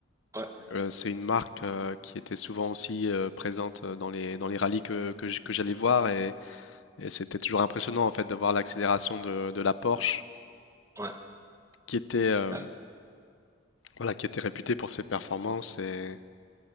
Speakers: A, on the right; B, on the left.
A: Ouais,
B: Euh, c'est une marque euh, qui était souvent aussi euh, présente euh, dans les, dans les rallyes que, que j- que j'allais voir et, et c'était toujours impressionnant en fait de voir l'accélération de, de la Porsche
A: ouais.
B: qui était, euh,
A: Ah,
B: voilà, qui était réputée pour ses performances et,